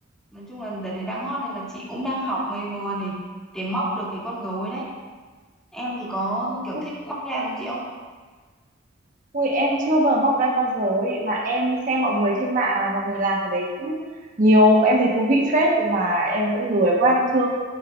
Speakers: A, in the centre; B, on the right.
A: Nói chung là đợt này đang hot nên là chị cũng đang học mày mò để để móc được cái con gấu ấy đấy. Em thì có kiểu
B: ui,
A: thích mắc len không chị không?
B: ui em chưa bao giờ móc ra bao giờ ấy mà em xem mọi người trên mạng là mọi người làm cái đấy cũng nhiều mà em thấy thú vị phết mà em vẫn lười quá em chưa